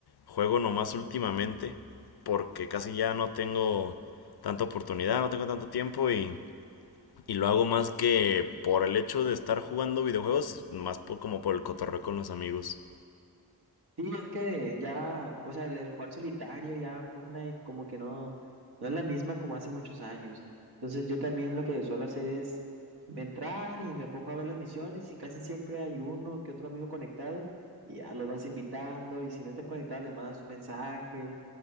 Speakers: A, on the left (about 75°); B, on the right (about 80°).
A: juego nomás últimamente, porque casi ya no tengo tanta oportunidad, no tengo tanto tiempo y... Y lo hago más que por el hecho de estar jugando videojuegos, más por, como por el cotorreo con los amigos.
B: Sí, es que ya, o sea, el, el jugar solitario ya Fortnite como que no, no es la misma como hace muchos años. Entonces yo también lo que suelo hacer es entrar y me pongo a ver las misiones y casi siempre hay uno que otro amigo conectado y ya los vas invitando y si no están conectados les mandas un mensaje